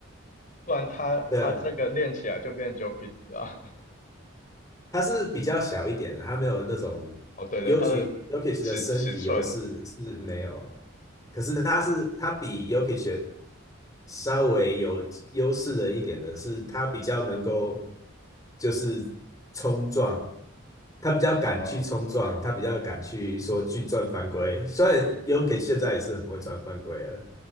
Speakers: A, on the left; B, on the left.
A: 不然他他这个练起来就变
B: 对啊，
A: Jokic 了啊。
B: 他是比较小一点的，他没有那种尤其
A: <laughs> 哦，对对，他的尺尺寸
B: j o k i 的身体优势是没有，可是他是他比 Jokic 稍微有优势的一点的是，他比较能够就是冲撞，他比较敢去冲撞，
A: 哦
B: 他比较敢去说去赚犯规。虽然 Jokic 现在也是很会赚犯规了，